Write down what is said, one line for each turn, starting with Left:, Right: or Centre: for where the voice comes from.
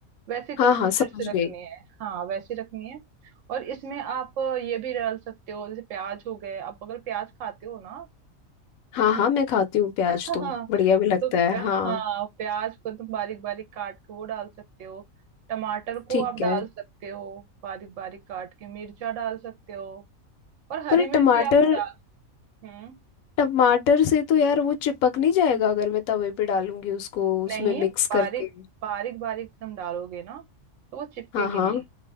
Right: वैसे कंसिस्टेंसी
Left: हाँ हाँ समझ
Right: रखनी
Left: गई
Right: है हाँ वैसे रखनी है और इसमें आप ये भी डाल सकते हो जैसे प्याज हो गए आप अगर प्याज खाते हो ना
Left: हाँ हाँ मैं खाती हूँ प्याज
Right: <laughs> हाँ
Left: तो बढ़िया भी लगता
Right: तो
Left: है हाँ
Right: हाँ प्याज को तुम बारीक बारीक काट के वो डाल सकते हो टमाटर को
Left: ठीक
Right: आप डाल
Left: है
Right: सकते हो बारीक बारीक काट के मिर्चा डाल सकते हो और हरी
Left: पर ये
Right: मिर्ची
Left: टमाटर
Right: आप डाल हम्म
Left: टमाटर से तो यार वो चिपक नहीं जाएगा अगर मैं तवे पे डालूंगी उसको उसमें
Right: नहीं
Left: मिक्स
Right: बारीक
Left: करके
Right: बारीक बारीक तुम डालोगे ना तो वो चिपकेगी
Left: हाँ हाँ
Right: नहीं